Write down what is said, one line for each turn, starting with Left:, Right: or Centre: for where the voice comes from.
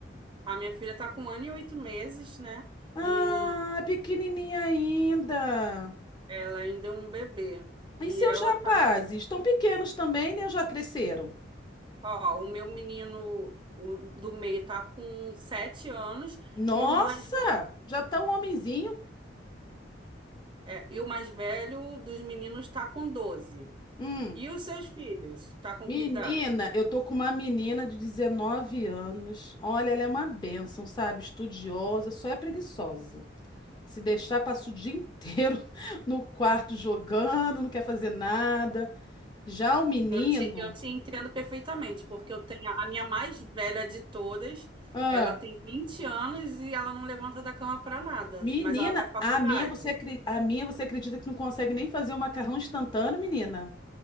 Right: a minha filha está com um ano e oito meses, né?
Left: Ah,
Right: E
Left: é pequenininha ainda.
Right: ela ainda é um bebê. E
Left: E seus
Right: ela
Left: rapazes?
Right: tá,
Left: Estão pequenos também, né? Ou já cresceram?
Right: ó, o meu menino o do meio tá com sete anos
Left: Nossa!
Right: e o mais
Left: Já tá um homenzinho?
Right: É, e o mais velho dos meninos está com 12.
Left: Hum.
Right: E os seus filhos? Tá com
Left: Menina,
Right: que idade?
Left: eu tô com uma menina de 19 anos. Olha, ela é uma bênção, sabe? Estudiosa, só é preguiçosa. Se deixar, passa o dia inteiro <laughs> no quarto jogando, não quer fazer nada. Já o menino,
Right: Eu te, eu te entendo perfeitamente, porque eu tenho a a minha mais velha de todas,
Left: ah,
Right: ela tem 20 anos e ela não levanta da cama para nada,
Left: menina,
Right: mas ela faz faculdade.
Left: a minha você acre- a minha você acredita que não consegue nem fazer um macarrão instantâneo, menina?